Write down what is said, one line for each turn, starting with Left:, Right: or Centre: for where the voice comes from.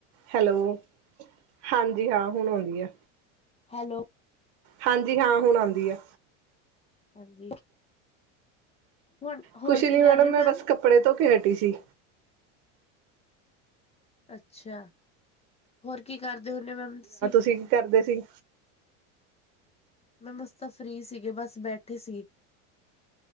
Right: ਹੈਲੋ, ਹਾਂਜੀ ਹਾਂ ਹੁਨ ਔਂਦੀ ਐ।
Left: ਹੈਲੋ।
Right: ਹਾਂਜੀ ਹਾਂ ਹੁਨ ਆਂਦੀ ਆ।
Left: ਹਾਂਜੀ। ਹੁਣ ਹੋਰ
Right: ਕੁਛ ਨੀ
Left: ਕੀ ਕਰ
Right: ਮੈਡਮ
Left: ਰਹੇ ਹੋ ਮੈਮ
Right: ਮੈਂ ਬਸ ਕੱਪੜੇ ਧੋ ਕੇ ਹਟੀ ਸੀ।
Left: ਅੱਛੇਆ, ਹੋਰ ਕੀ ਕਰਦੇ ਹੁੰਨੇ ਓਂ ਮੈਮ ਤੁਸੀਂ।
Right: ਠੀਕ ਕਰਦੇ ਸੀ।
Left: ਮੈਮ ਅਸੀਂ ਤਾਂ ਫਰੀ ਸੀਗੇ ਬਸ ਬੈਠੇ ਸੀ।